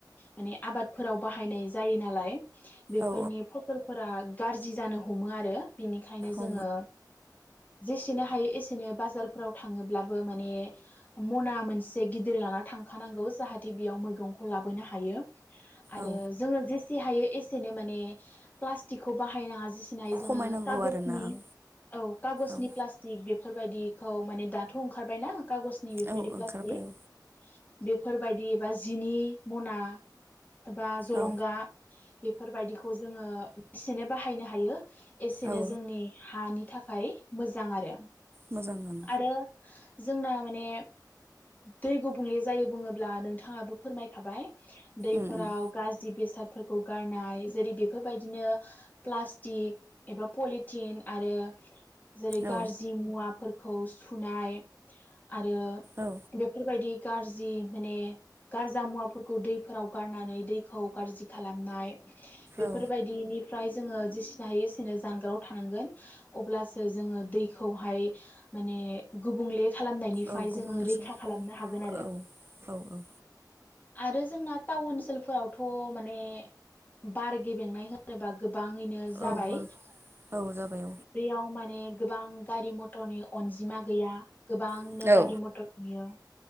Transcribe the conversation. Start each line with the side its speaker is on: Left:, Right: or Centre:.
Left: माने आबादफोराव बाहायनाय जायो नालाय बेफोरनि
Right: औ
Left: फसलफोरा गाज्रि जानो हमो आरो बिनिखायनो जोङो
Right: औ
Left: जेसेनो हायो एसेनो बाजारफोराव थाङोब्लाबो माने मना मोनसे गिदिर लाना थांखानांगौ जाहाथे बेयाव मैगं खौ लाबोनो हायो आरो
Right: औ
Left: जोङो जे से हायो एसेनो माने प्लासटिक बाहायनो नांङा जेसेनो हायो जोङो
Right: खमायनांगौ
Left: कागजनि
Right: आरोना आं
Left: औ कागजनि
Right: औ
Left: प्लासटिक बे बेफोरबायदिखौ माने दाथ' ओंखारबायना बेफोरबायदि
Right: औ ओंखारबाय
Left: प्लासटिक बेफोरबादि बा जिनि मना बा जलंगा
Right: औ
Left: बेफोरबायदिखौ जोङो जेसेनो बाहायनो हायो एसेनो
Right: औ
Left: जोंनि हानि थाखाय मोजां आरो
Right: मोजां ओं
Left: आरो जोंना माने दैे गुबुंले जायो बुङोब्ला नोंथाङाबो फोरमायखाबाय दैफोराव
Right: उम उम
Left: गाज्रि बेसादफोरखौ गारनाय जेरै बेफोरबायदिनो प्लास्टिक एबा पलिथिन आरो जेरै गाज्रि
Right: औ
Left: मुवा फोर खौ सुनाय आरो
Right: औ
Left: बेफोरबायदि गाज्रि माने गारजा मुवाफोरखौ दैफोराव गारनानै दैखौ गाज्रि खालामनाय बेफोरबायदिनि
Right: औ
Left: फ्राय जोंओ जेसेनो हायो एसेनो जानगाराव‌ थानांगोन अब्लासो जों दैखौहाय माने गुबुंले खालामनायनिफ्राय
Right: औ गुबुनजों
Left: जोङो रैखा खालामनो हागोन आरो
Right: औ औ औ
Left: आरो जोंना टाउन ओनसोलफोरावथ' माने बारगे बेंनाय होनोबा गोब बाङैनो जाबाय
Right: औ बार औ जाबाय
Left: बेयाव माने गोबां गारि मथरनि अनजिमा गैया गोबांनो
Right: औ
Left: गारि
Right: औ
Left: म ओम